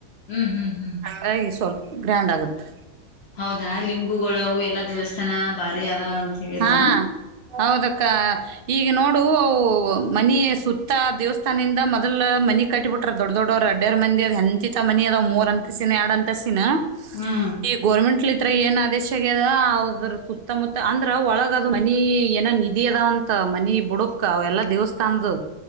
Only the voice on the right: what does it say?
ಹಾಗಾಗಿ ಸ್ವಲ್ಪ ಗ್ರ್ಯಾಂಡ್ ಆಗುತ್ತೆ
ಹಾ ಹೌದಕ್ಕ ಈಗ ನೋಡು ಅವು ಮನಿ ಸುತ್ತ ದೇವಸ್ಥಾನದಿಂದ ಮೊದಲ ಮನನೆ ಕಟ್ಟಿಬಿಟ್ರ ದೊಡ್ಡ ದೊಡ್ಡವರು ರೆಡ್ಡಿಡೆರ ಮಂದಿ ಅ ಹೆಂಚಿ ತ ಮನ ಅದ್ ಮೂರ ಅಂತಸಿನ ಎರಡು ಅಂತಸಿನ
ಈ ಗೌರ್ಮೆಂಟ್ತ್ರ ಏನ್ ಆದೇಶ ಆಗದ ಅದ್ರ ಸುತ್ತಮುತ್ತ ಅಂದ್ರ ಒಳಗ ಅದು ಮನಿ ಏನೋ ನಿಧಿ ಅದಾವಂತ ಮನಿ ಬುಡಕ ಅವ ಎಲ್ಲಾ ದೇವಸ್ಥಾನದ